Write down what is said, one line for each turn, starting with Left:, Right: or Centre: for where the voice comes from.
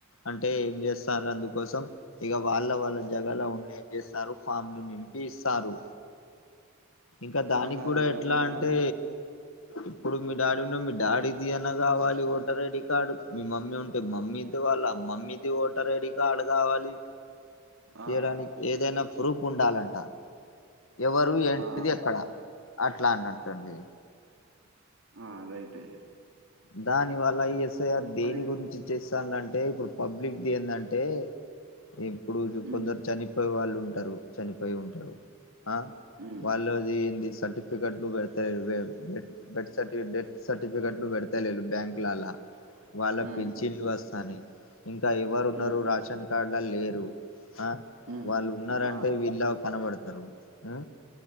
Left: అంటే ఏం చేస్తారు అందుకోసం ఇగ వాళ్ళ వాళ్ళ జగలో ఉండి ఏమ్ చేస్తారు ఫామ్లు నింపి ఇస్తారు ఇంకా దానికి
Right: ఆలాల్
Left: కూడా
Right: జగనన్న
Left: ఎట్లా అంటే
Right: ఆల్
Left: ఇప్పుడు మీ డాడీ ఉన్నా మీ డాడీది అనా కావాలి ఓటర్ ఐడి కార్డు మీ మమ్మీ ఉ మమ్మీది వాళ్ళ మమ్మీది ఓటర్ ఐడి కార్డు కావాలి తీయడానికి
Right: ఆ
Left: ఏదైనా ప్రూఫ ఉండాలంట ఎవరు ఏంటిది
Right: ఆ
Left: అక్కడ అట్లా అన్నట్లు అండి
Right: ఆ రైటే
Left: దాని వల్ల ఈఎస్ఐఆర్ దేని
Right: అది
Left: గురించి చేస్తనుంటే ఇప్పుడు పబ్లిక్ ది దేనిందంటె ఇప్పుడు
Right: ఉమ్
Left: కొందరు చనిపోయ వాళ్ళు ఉంటారు చనిపోయి ఉంటారు ఆ
Right: ఉమ్
Left: వాళ్ళు అది ఏంది సర్టిఫికెట్లు పెడతారు ఇరవై ఒకటి బెత్ సర్టిఫికెట్ డెత్ సర్టిఫికెట్లు పెడతాలె బ్యాంక్ లల్ల వాళ్ళ
Right: ఉమ్
Left: పెంచిళ్లు వస్తాయి ఇంకా ఎవరున్నారు
Right: ఉమ్
Left: రాషన్ కార్డుల లేరు ఆ
Right: ఉమ్
Left: వాళ్ళు ఉన్నారంటే
Right: ఆ
Left: వీళ్లా కనబడతారు ఆ